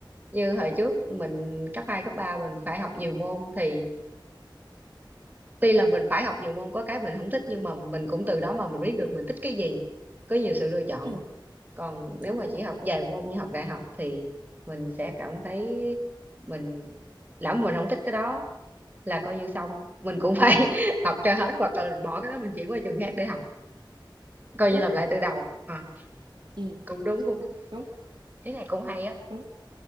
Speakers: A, on the right; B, on the right.
A: như hồi trước mình cấp 2 cấp 3 mình phải học nhiều môn thì tuy là mình phải học nhiều môn có cái mình không thích nhưng mà mình cũng từ đó mà mình biết được mình thích cái gì có nhiều sự lựa chọn
B: ừm,
A: còn nếu
B: đúng,
A: mà chỉ học vài môn như học đại học thì mình sẽ cảm thấy mình lỡ mà mình không thích cái đó là coi như xong mình cũng phải <laughs> học cho hết hoặc là mình bỏ cái đó mình chuyển qua trường khác để học coi
B: đúng,
A: như làm lại từ đầu à
B: ừm,
A: cũng đúng cũng đúng
B: đúng,
A: ý này cũng hay á
B: đúng,